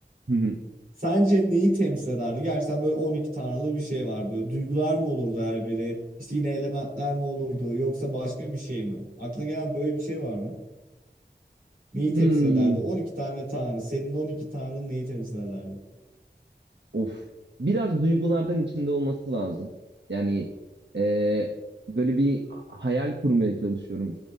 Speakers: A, on the right; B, on the right.
A: Hı hı.
B: Sence neyi temsil ederdi? Gerçekten böyle on iki tanrılı bir şey var. Böyle duygular mı olurdu her biri? İşte yine elementler mi olurdu? Yoksa başka bir şey mi? Aklına gelen böyle bir şey var Neyi
A: Hmm,
B: temsil ederdi? 12 tane tanrı. Senin 12 tanrın neyi temsil ederdi?
A: of. Biraz duygulardan içinde olması lazım. Yani e, böyle bir hayal kurmaya çalışıyorum.